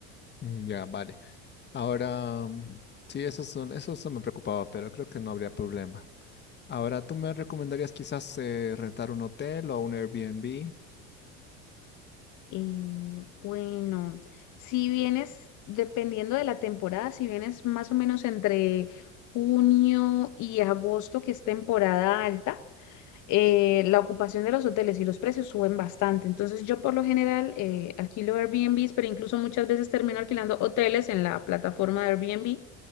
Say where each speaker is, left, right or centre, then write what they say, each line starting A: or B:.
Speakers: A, on the left; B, on the left.
A: Mm, Ya, vale. Ahora, mm, sí, eso son, eso, eso me preocupaba, pero creo que no habría problema. Ahora, ¿tú me recomendarías quizás eh, rentar un hotel o un Airbnb?
B: Y bueno, si vienes, dependiendo de la temporada, si vienes más o menos entre junio y agosto, que es temporada alta, eh, la ocupación de los hoteles y los precios suben bastante. Entonces yo por lo general eh, alquilo Airbnbs, pero incluso muchas veces termino alquilando hoteles en la plataforma de Airbnb.